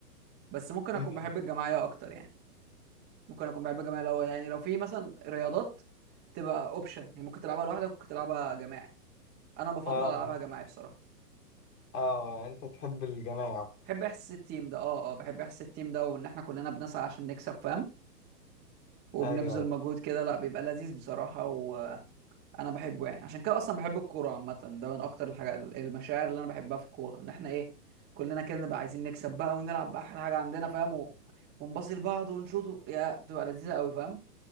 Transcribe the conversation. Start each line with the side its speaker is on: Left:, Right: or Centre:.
Right: بس ممكن اكون
Left: امم
Right: بحب الجماعية اكتر يعني ممكن اكون بحب الجماعية لو يعني لو في مثلا رياضات بتبقى اوبشن هي ممكن تلعبها لوحدك ممكن تلعبها جماعي انا بفضل
Left: اه
Right: العبها جماعي بصراحة
Left: اه انت تحب الجماعه اكتر
Right: بحب احساس التيم ده اه اه بحب احساس التيم ده وان احنا كلنا بنسعى عشان نكسب فاهم وبنبذل
Left: ايوه أيوة.
Right: مجهود كده لا بيبقى لذيذ بصراحة و... انا بحبه يعني عشان كده اصلا بحب الكوره عامه ده من اكتر الحاجات المشاعر اللي انا بحبها في الكوره ان احنا ايه كلنا كده نبقى عايزين نكسب بقى ونلعب باحلى حاجه عندنا فاهم و- ونباصي لبعض ونشوط يا بتبقى لذيذه قوي فاهم